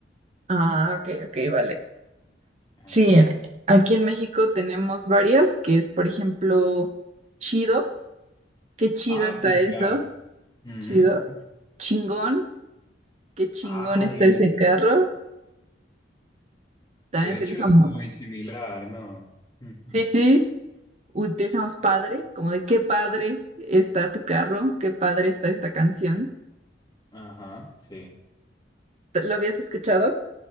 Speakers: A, on the right; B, on the left.
A: Ah, ok, ok, vale.
B: Ajá.
A: Sí, en- aquí en México tenemos varias, que es, por ejemplo, chido. Qué chido
B: Ah,
A: está
B: similar.
A: eso.
B: Ujú.
A: Chido. Chingón. Qué chingón
B: Ay,
A: está ese carro. También
B: de
A: utilizamos.
B: hecho es muy similar, ¿no? <laughs> Ujú.
A: Sí, sí. Utilizamos padre, como de qué padre está tu carro, qué padre está esta canción.
B: Ajá, sí.
A: ¿Lo habías escuchado?